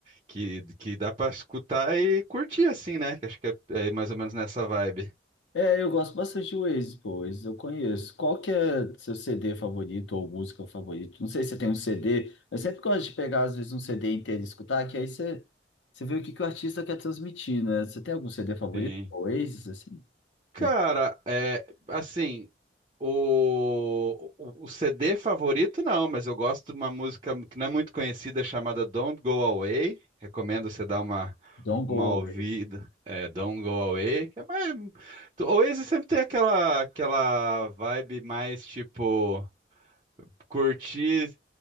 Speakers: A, on the right; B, on the left.
A: que, que dá pra escutar e curtir assim, né? Que acho que é, é mais ou menos nessa vibe.
B: É, eu gosto bastante de Oasis, pô, Oasis eu conheço. Qual que é seu CD favorito ou música favorita? Não sei se você tem um CD, eu sempre gosto de pegar, às vezes, um CD inteiro e escutar, que aí você, você vê o que, que o artista quer transmitir, né? Você tem algum CD favorito?
A: Sim.
B: Oasis, assim?
A: Cara,
B: Tem
A: é assim, o, o, o CD favorito não, mas eu gosto de uma música que não é muito conhecida chamada Don't Go Away. Recomendo você dar uma
B: Don't Go
A: uma ouvida.
B: Away,
A: É, Don't Go Away. que É mais... O Oasis sempre tem aquela aquela vibe mais tipo curtir